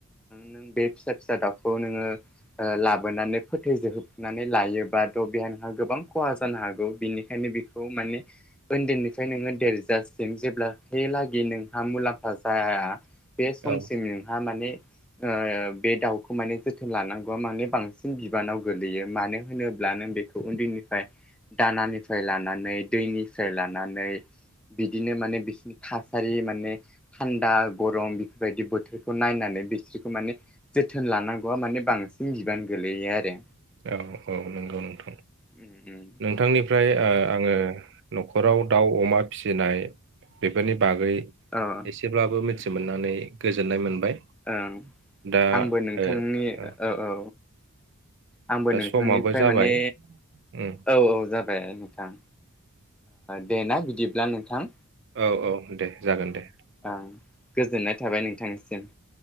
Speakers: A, in the centre; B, on the right.
A: नों बे फिसा फिसा दाउखौ नोङो ओ लाबोनानै फोथैजहोबनानै लायोबाथ बे नोंहा गोबां खहा जानो हागौ बिनिखायनो बेखौ माने उन्दैनिफ्राय नोङो देरजासिम जेब्लाखलागि नोंहा मुलाम्फा जाया बे समसिम
B: औ
A: नोंहा माने ओ बे दाउखौ माने जोथोन लानां गौआ माने बांसिन बिबानाव गोगलैयो मानो होनोब्लानो नों बेखौ उन्दैनिफ्राय दानानिफ्राय लानानै दैनिफ्राय लानानै बिदिनो माने बिसिनि थासारि माने थान्दा गरम बेफोरबायदि बोथोरखौ नायनानै बिसोरखौ माने जोथोन लानांगौआ माने बां सिन बिबानो गोलैयो आरो
B: औ औ नंगौ नोंथां
A: उम उम
B: नोंथांनिफ्राय ओ आङो न'खराव दाउ अमा फिसिनाय बेफोरनि बागै
A: औ
B: एसेब्लाबो मिथि
A: उम उम
B: मोननानै गोजोन्नाय मोनबाय।
A: ओं
B: दा
A: आंबो नोंथांनि
B: ओ ओ
A: औ औ। आंबो
B: दा
A: नोंथांनिफ्राय
B: समाबो जाबाय
A: माने
B: उम
A: औ औ जाब बायानो। थां। दे ना बिदिब्ला नोंथां।
B: औ औ दे जागोन दे।
A: ओं गोजोननाय थाबाय नोंथांनिसिम।